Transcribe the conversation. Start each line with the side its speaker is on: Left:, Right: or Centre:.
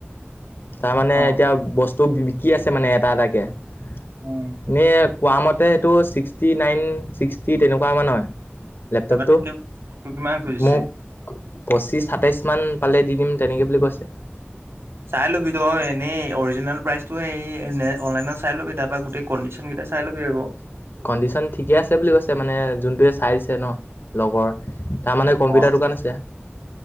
Left: তাৰ মানে
Right: অ
Left: এতিয়া বস্তু বিকি আছে মানে এটা এটাকে। এনে
Right: উম
Left: কোৱ মতে সেইটো ছিক্সটি নাইন ছিক্সটি তেনেকুৱা মান হয়। লেপটপটো
Right: তাৰপৰা তোক - তোক কিমান খুজিছে?
Left: মোক পঁচিছ সাতাইশ মান পালে দি দিম তেনেকে বুলি কৈছে।
Right: চাই ল'বি তই এনেই অৰিজিনেল প্ৰাইচতটো হে অনলাইনত চাই ল'বি তাৰপা গোটেই কণ্ডিশন কেইটা চাই লবি আকৌ।
Left: কণ্ডিশন ঠিকে আছে বুলি কৈছে মানে যোনটোৱে চাইছে ন লগৰ। তাৰমানে কম্পিউটাৰ
Right: অ
Left: দোকান আছে।